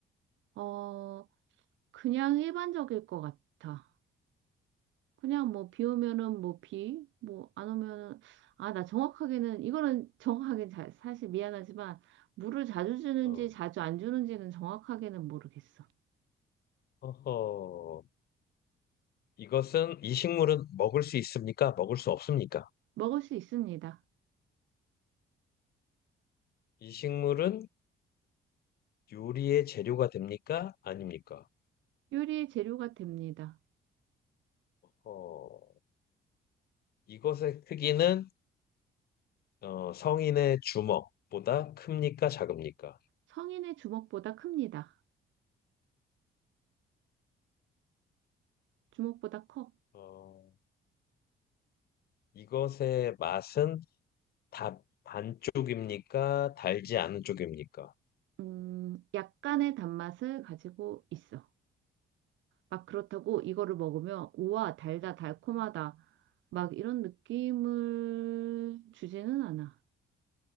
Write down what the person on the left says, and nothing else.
어.
어허, 이것은 이 식물은 먹을 수 있습니까? 먹을 수 없습니까?
이 식물은 요리의 재료가 됩니까? 아닙니까?
어허, 이것의 크기는 어, 성인의 주먹보다 큽니까? 작습니까?
어, 이것의 맛은 다 반쪽입니까? 달지 않은 쪽입니까?